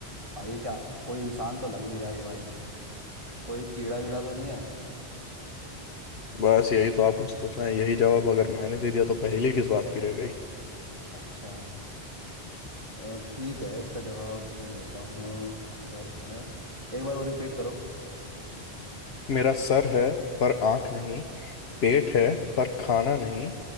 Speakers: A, on the right; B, on the left.
A: भाई क्या कोई इंसान तो लग नहीं रहा है भाई कोई कीड़ा वीड़ा तो नहीं है
B: बस यही तो आपको सोचना है यही जवाब अगर मैंने दे दिया तो पहेली किस बात की रह गई
A: अच्छा अ, ठीक है इसका जवाब मैं देता हूँ सर है एक बार और रिपीट करो
B: मेरा सर है पर आंख नहीं पेट है पर खाना नहीं